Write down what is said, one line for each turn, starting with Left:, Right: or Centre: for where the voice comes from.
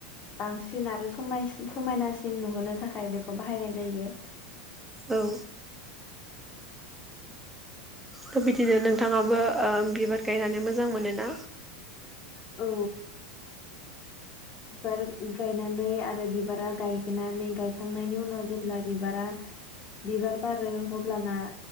Left: बांसिन आरो समायनासिन नुहोनो थाखाय बेखौ बाहायनाय जायो।
Centre: औ। थ' बिदिनो नोंथाङाबो बिबार गायनानै मोजां मोनोना
Left: औ। बिबार गायनानै आरो बिबारा गायनानै गायखांनायनि उनाव जेब्ला बिबारा बिबार बारो अब्लाना